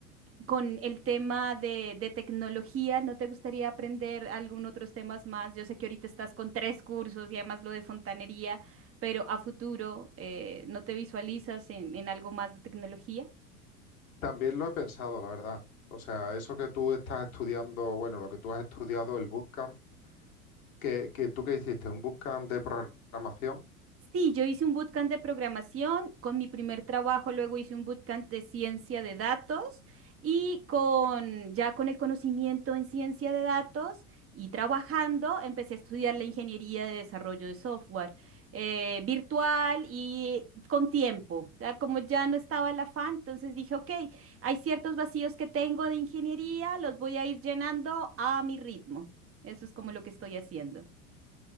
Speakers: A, on the right; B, on the left.
A: con el tema de, de tecnología, ¿no te gustaría aprender algún otros temas más? Yo sé que ahorita estás con tres cursos y además lo de fontanería, pero a futuro, eh, ¿no te visualizas en, en algo más de tecnología?
B: También lo he pensado, la verdad. O sea, eso que tú estás estudiando, bueno, lo que tú has estudiado, el bootcamp, que, que tú que hiciste un bootcamp de programación
A: Sí, yo hice un bootcamp de programación con mi primer trabajo, luego hice un bootcamp de ciencia de datos y con ya con el conocimiento en ciencia de datos y trabajando, empecé a estudiar la ingeniería de desarrollo de software eh, virtual y con tiempo. O sea, como ya no estaba el afán, entonces dije, ok, hay ciertos vacíos que tengo de ingeniería, los voy a ir llenando a mi ritmo. Eso es como lo que estoy haciendo.